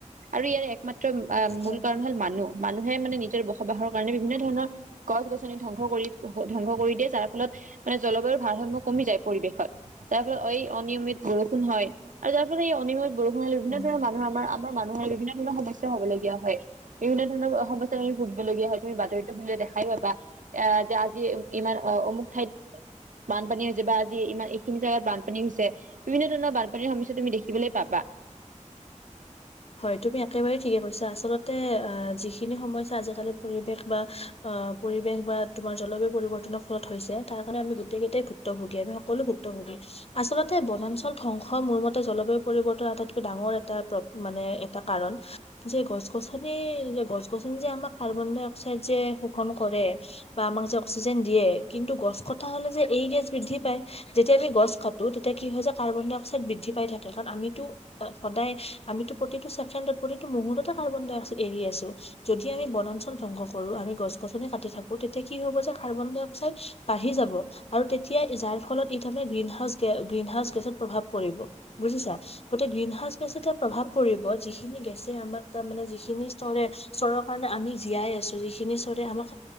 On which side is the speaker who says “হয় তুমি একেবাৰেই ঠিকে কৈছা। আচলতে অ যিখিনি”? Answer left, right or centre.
Left